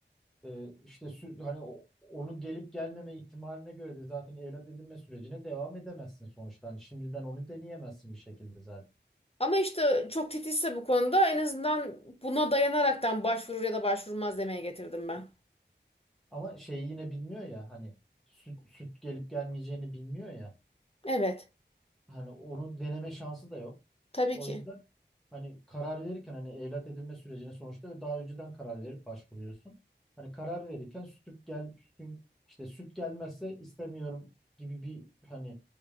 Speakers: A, in the centre; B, on the left.
A: e, işte süt hani o- onun gelip gelmeme ihtimaline göre de zaten evlat edinme sürecine devam edemezsin sonuçta. Hani şimdiden onu deneyemezsin bir şekilde zaten.
B: Ama işte çok titizse bu konuda en azından buna dayanaraktan başvurur ya da başvurmaz demeye getirdim ben.
A: Ama şeyi yine bilmiyor ya hani süt, süt gelip gelmeyeceğini bilmiyor ya.
B: Evet,
A: Hani onu deneme şansı da yok.
B: tabii
A: O
B: ki.
A: yüzden hani karar verirken hani evlat edinme sürecine sonuçta daha önceden karar verip başvuruyorsun. Hani karar verirken süt gel sütün işte süt gelmezse istemiyorum gibi bir hani